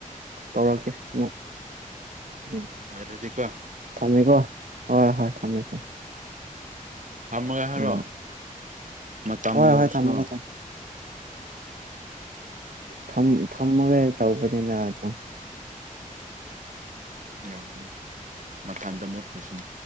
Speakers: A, on the right (about 85°); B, on the right (about 65°).
A: ꯇꯧꯔꯛꯀꯦ ꯑꯃꯨꯛ ꯎꯝ
B: ꯂꯣꯏꯔꯗꯤꯀꯣ
A: ꯊꯝꯃꯀꯣ ꯍꯣꯏ ꯍꯣꯏ ꯊꯝꯃꯦ ꯊꯝꯃꯦ
B: ꯊꯃꯒꯥꯏ ꯍꯥꯏꯔꯣ
A: ꯎꯝ
B: ꯃꯇꯝ
A: ꯍꯣꯏ
B: ꯌꯧꯔꯁꯅꯨ
A: ꯍꯣꯏ ꯊꯝꯃꯒꯦ ꯊ ꯊꯒ ꯊꯧ ꯄ ꯌꯥꯗꯣ
B: ꯌꯥꯎꯅꯤ ꯃꯊꯥꯡꯗ ꯃꯨꯠꯈ꯭ꯔꯁꯤꯅꯤ